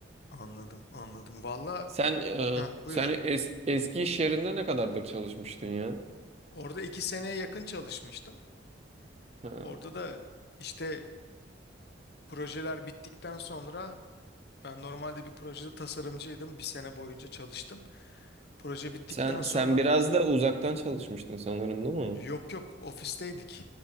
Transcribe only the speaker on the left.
anladım anladım. Valla
ha buyur.
Orada iki seneye yakın çalışmıştım.
Orada da işte projeler bittikten sonra ben normalde bir projede tasarımcıydım. Bir sene boyunca çalıştım. Proje bittikten
sonra
yok yok ofisteydik.